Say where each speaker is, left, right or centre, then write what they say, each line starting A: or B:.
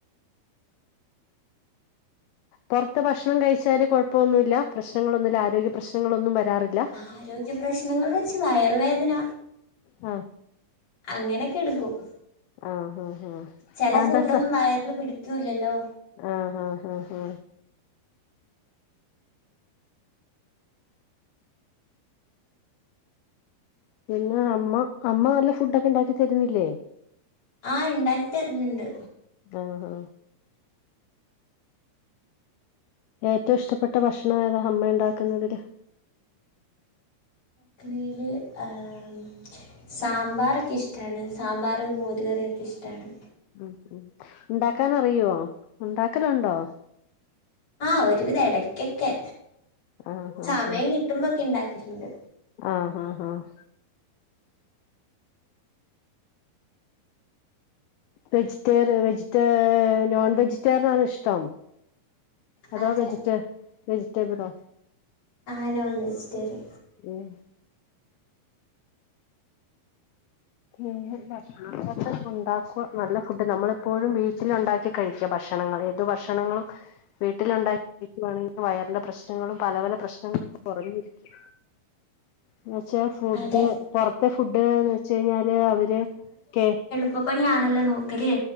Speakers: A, on the left; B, on the left.
A: പൊർത്ത് ഭക്ഷണം കഴിച്ചാല് കുഴപ്പന്നുല്ല പ്രശ്നങ്ങളൊന്നുല്ല ആരോഗ്യ പ്രശ്നങ്ങളൊന്നും വരാറില്ല
B: ആരോഗ്യ പ്രശ്നങ്ങൾ വെച്ച് വയറുവേദന
A: ആഹ്
B: അങ്ങനെയൊക്കെ എടുക്കും
A: ആഹ് ആഹ് ആഹ്
B: ചില
A: അതെന്താ
B: ഫുഡൊന്നും
A: സ
B: വയറില് പിടിക്കൂല്ലല്ലോ
A: ആഹ് ആഹ് ആഹ് ഹ പിന്നെ അമ്മ അമ്മ നല്ല ഫുഡ് ഒക്കെ ഉണ്ടാക്കി തരുന്നില്ലേ
B: ആഹ് ഇണ്ടാക്കി തര്ന്ണ്ട്
A: ആഹ് ആഹ് ഏറ്റവും ഇഷ്ടപ്പെട്ട ഭക്ഷണം ഏതാ അമ്മ ഉണ്ടാക്കുന്നതില്
B: ക്കനയില് ഏഹ് സാമ്പാറൊക്കെ ഇഷ്ടാണ് സാമ്പാറ് മോരുകറിയൊക്കെ ഇഷ്ടാണ്
A: ഉം ഉ ഉണ്ടാക്കാനറിയോ ഉണ്ടാക്കലുണ്ടോ
B: ആഹ് ഒരുവിധ ഇടക്കൊക്കെ
A: ആഹ്
B: സമയം
A: ആഹ് ആഹ്
B: കിട്ടുമ്പക്കെ ഇണ്ടാക്കലണ്ട്
A: ആഹ് ആഹ് ആഹ് വെജിറ്റേറിയ വെജിറ്റ നോൺ വെജിറ്റേറിയനാണ് ഇഷ്ടം അതോ
B: അതെ
A: വെജി റ്റെ വജിറ്റബ്ളോ
B: ആഹ് നോൺ വെജിറ്റേറി
A: ഉം എന്നും ഭക്ഷണ ദിവസം ഉണ്ടാക്കുക നല്ല ഫുഡ് നമ്മളിപ്പോഴും വീട്ടിൽ ഉണ്ടാക്കി കഴിക്ക ഭക്ഷണങ്ങള് ഏതു ഭക്ഷണങ്ങളും വീട്ടിലുണ്ടാക്കിരിക്കുവാണെങ്കിൽ വയറിന്റെ പ്രശ്നങ്ങളും പല പല പ്രശ്നങ്ങളും കുറഞ്ഞിരിക്കും എന്നുവെച്ചാ ഫുഡ്
B: അതെ
A: പൊറത്തെ ഫുഡ്ഡ്ന്ന് ച്ച് കഴിഞ്ഞാല് അവര് കേ
B: ഇപ്പപണിയാണല്ലോ നോക്കല്